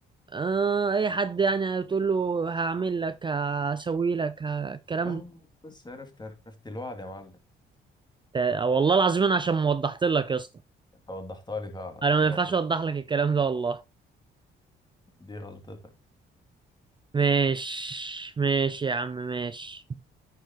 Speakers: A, on the right; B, on the left.
A: آه اي حد يعني بتقول له هعمل لك هسوي لك ه- الكلام
B: اه
A: ده
B: بس عرفت عرفت الوعد يا معلم
A: تا- والله العظيم انا عشان ما وضحت لك يا اسطى
B: انت وضحتها لي فعلا
A: انا ما
B: دي غلطتك
A: ينفعش اوضح لك الكلام ده والله
B: دي غلطتك
A: ماشي ماشي يا عم ماشي